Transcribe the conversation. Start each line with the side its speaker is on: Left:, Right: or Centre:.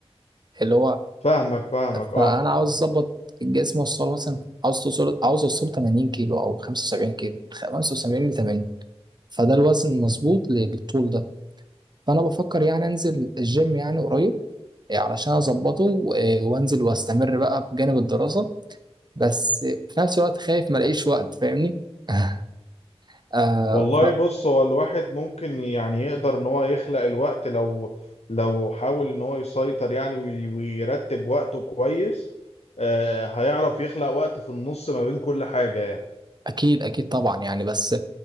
Right: اللي هو
Left: فاهمك فاهمك اه
Right: فانا عاوز اظبط الجسم اوصله مثلا عاوز توصل عاوز اوصله 80 كيلو او 75 كيلو من 75 ل 80 فده الوزن المظبوط للطول ده فانا بفكر يعني انزل الجيم يعني قريب إيه، علشان اظبطه إيه، وانزل واستمر بقى بجانب الدراسة بس في نفس الوقت خايف ما الاقيش وقت فاهمني <laughs> آه
Left: والله
Right: ف-
Left: بص هو الواحد ممكن يعني يقدر ان هو يخلق الوقت لو لو حاول ان هو يسيطر يعني وي- ويرتب وقته كويس آه هيعرف يخلق وقت في النص ما بين كل حاجة يعني
Right: اكيد اكيد طبعا يعني بس